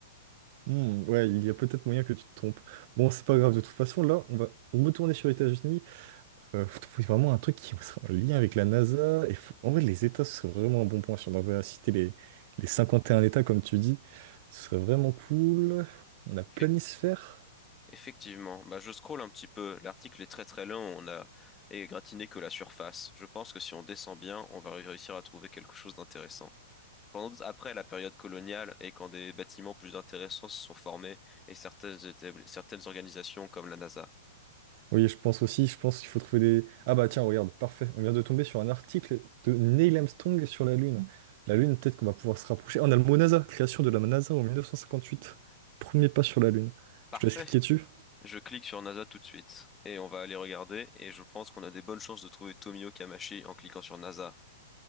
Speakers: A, on the right; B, on the left.
A: Hmm, ouais, il y a peut-être moyen que tu te trompes. Bon, c'est pas grave, de toute façon, là, on va retourner sur les États-Unis. Euh, faut trouver vraiment un truc qui soit en lien avec la NASA. Et faut- En vrai, les États, ce serait vraiment un bon point. Si on devait citer les, les 51 États, comme tu dis, ce serait vraiment cool. On a planisphère.
B: Effectivement. Effectivement, bah, je scrolle un petit peu. L'article est très très long, on a égratigné que la surface. Je pense que si on descend bien, on va réussir à trouver quelque chose d'intéressant. Je pense après la période coloniale et quand des bâtiments plus intéressants se sont formés et certaines, établ- certaines organisations comme la NASA.
A: Oui, je pense aussi, je pense qu'il faut trouver des... Ah bah tiens, regarde, parfait. On vient de tomber sur un article de Neil Armstrong sur la Lune. La Lune, peut-être qu'on va pouvoir se rapprocher. Ah, On a le mot NASA, création de la NASA en 1958. Premier pas sur la Lune.
B: Parfait.
A: Je te laisse cliquer dessus.
B: Je clique sur NASA tout de suite et on va aller regarder et je pense qu'on a des bonnes chances de trouver Tomio Kamashi en cliquant sur NASA.